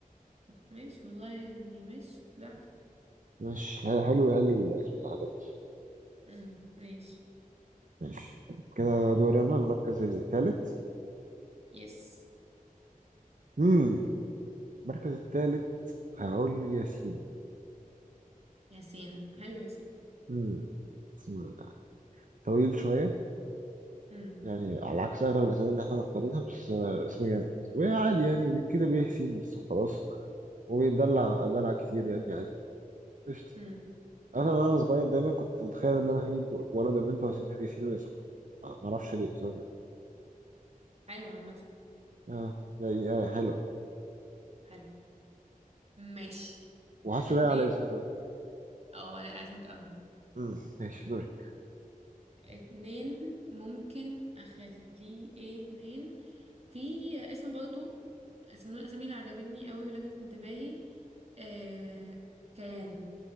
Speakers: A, on the right; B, on the right.
A: ماشي والله يعني ماشي براحتك
B: ماشي حلو حلو الاسم ده عجبني
A: امم ماشي
B: ماشي كده دوري أنا المركز الثالث
A: يس
B: امم المركز الثالث هقول ياسين
A: ياسين حلو ياسين
B: امم اسم طويل شوية
A: امم
B: يعني على عكس أغلب الأسامي اللي إحنا مختارينها بس آه، اسم جامد وعادي يعني بيتكتب إيه ياسين بس وخلاص وبيدلع دلع كتير يعني عادي قشطة
A: امم
B: أنا وأنا صغير دايما كنت متخيل إن أنا هجيب ولد وبنت وهسميهم ياسين وياسمين آه، معرفش ليه بس أنا كده.
A: حلو عامه
B: آه يعني آه حلو
A: حلو ماشي
B: وحاسه
A: اتنين
B: لايق على اسمي
A: اه لا اسمك قوي
B: امم ماشي دورك
A: اتنين ممكن اخليه ايه اتنين في اسم برضو اسم من الاسامي اللي عجبتني قوي ولفتت انتباهي آه... كيان